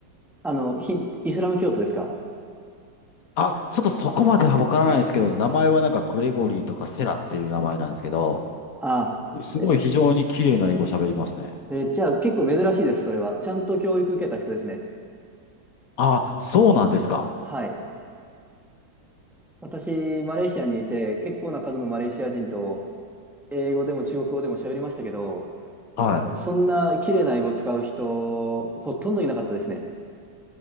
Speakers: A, in the centre; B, on the left.
A: あの、ヒンイスラム教徒ですか
B: あ、ちょっとそこまではわからないですけど、
A: あ、
B: 名前はなんかグレゴリーとかセラっていう名前なんですけど、
A: あ、
B: すごい非常に綺麗な英語喋りますね。
A: え、え、じゃあ結構珍しいです、それは。ちゃんと教育受けた人ですね。
B: あ、そうなんですか。
A: はい。私、マレーシアにいて、結構な数のマレーシア人と英語でも中国語でも喋りましたけど、あの、
B: は
A: そんな綺麗な英語を使う人、ほとんどいなかったですね。